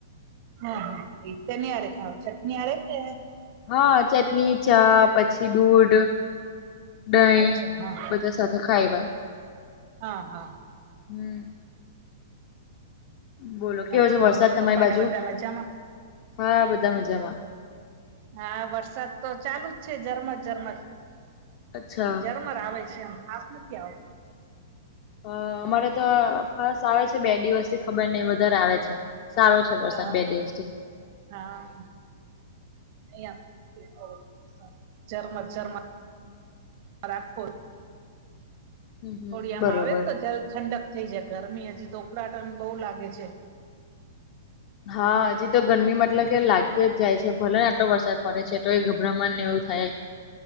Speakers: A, on the right; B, on the left.
A: હા હા એ શેની હારે ખાવ ચટણી હારે કે
B: હા ચટણી ચા પછી દૂધ દહીં
A: અચ્છા હા
B: બધા સાથે ખાવાય
A: હા હા
B: હમ બોલો
A: બાકી
B: કેવો છે વરસાદ
A: મમ્મી
B: તમારી
A: પપ્પાને
B: બાજુ
A: બધા મજામાં
B: હા બધા મજામાં
A: હા વરસાદ તો ચાલુ જ છે ઝરમર ઝરમર
B: અચ્છા
A: ઝરમર આવે છે આમ ખાસ નથી આવતો
B: અ અમારે તો ફાસ્ટ આવે છે બે દિવસ થી ખબર નહિ વધારે આવે છે. સારો છે વરસાદ
A: હા
B: બે દિવસ થી
A: હા અહિયાં ઝરમર ઝરમર રાખો
B: હમ હમ
A: થોડી આમાં
B: બરોબર
A: આવે ને તો જ ઠંડક થઈ જાય ગરમી હજી તો ઉકળાટમ બહુ લાગે છે.
B: હા હજી તો ગરમી મતલબ કે લાગતી જાય છે ભલે ને આટલો વરસાદ પડે છે તો એ ગભરામણ ને એવું થાય